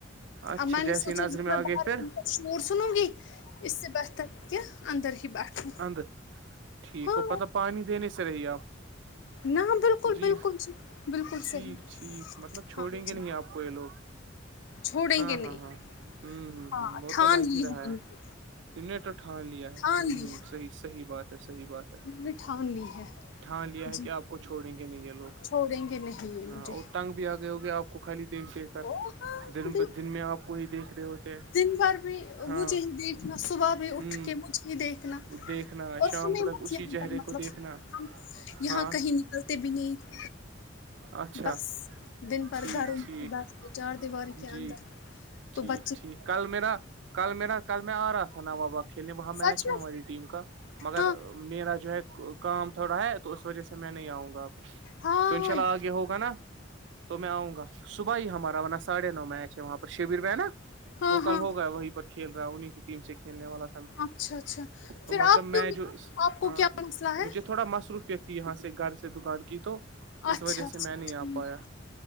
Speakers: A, on the right; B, on the left.
A: اچھا
B: اب میں نے
A: جیسے
B: سوچا
A: نظم
B: جو میں
A: آ گئے
B: باہر
A: پھر
B: ان
A: ہ
B: کا شور سنوں گی اس سے بہتر کہ اندر ہی بیٹھوں
A: ہند ٹھیک
B: ہاں
A: ہو پتا پانی دینے سے رہیے آپ
B: نہ بالکل
A: جی
B: بالکل بالکل
A: ٹھیک
B: صحیح
A: ٹھیک مطلب چھوڑیں
B: ہاں جی
A: گے نہیں آپ کوئی لوگ
B: چھوڑیں
A: ہاں
B: گے نہیں
A: ہاں ہاں ہ ہ
B: ہاں
A: ہ وہ
B: ٹھان
A: تو لگ
B: لی
A: ہی رہا
B: ان
A: ہے
B: کی
A: انٹ اٹھان لیا ہے
B: ٹھان
A: ہ
B: لی ہے
A: ہ صحیح بات ہے صحیح بات ہے
B: نے ھان لی ہے
A: تھٹھان لیا
B: جی
A: ہے کہ آپ کو چھوڑیں گے نہیں یہ لوگ
B: چھوڑیں گے نہیں یہ
A: ہاں
B: مجھے
A: اور تنگ بھی آگئے ہو گے آپ کو خالی دیکھ دیکھ کر
B: او ہاں
A: دن
B: بالکل
A: دن میں آپ کو یہ دیکھ رہے ہوتے
B: دن بھر بھی
A: ہاں
B: مجھے ہی دیکھنا صبح بھی اٹھ
A: ہ
B: کے مجھے ہی دیکھنا
A: دیکھنا
B: اور
A: شام
B: ہمیں
A: تک
B: مت
A: اسی
B: یہاں
A: چہرے
B: پر مطلب
A: کو دیکھنا
B: ہم یہاں
A: ہاں
B: کہیں نکلتے بھی نہیں
A: اچھا
B: بس دن پر
A: ٹھیک
B: گھروں
A: ٹھیک
B: دس چار دیواری کے
A: جی
B: اندر تو
A: ٹھیک
B: ب
A: ٹھیک کل میرا کل میرا کل میں آ رہا تھا نا واباغ کھیلنے وہاں میچ
B: سچ
A: ہے ہماری ٹیم کا
B: میں
A: مگر میرا جو ہے کام تھوڑا ہے تو اس وجہ سے میں نہیں آؤں گا آپ
B: ہاں
A: تو ان
B: ہاں
A: شاء اللہ آگے ہوگا نا تو میں آؤں گا صبح ہی ہمارا ساھے نو میچ ہے وہاں پر شبر میں ہے نا
B: ہاں
A: وہ کل
B: ہاں
A: ہوگا وہیں پر کھیل رہا ہے انہیں کی ٹیم سے کھیلنے والا
B: اچھا اچھا
A: تو
B: پھر
A: مطلب
B: آپ
A: میں
B: کیوں نہیں
A: جو
B: آپ کو
A: ہاں
B: کیا مسئلہ ہے
A: مجھے تھوڑا مصروفیت یہاں سے گھر سے دکان کی تو اس
B: اچھا
A: وجہ
B: اچھا
A: سے میں نہیں
B: ٹھیک
A: آ پایا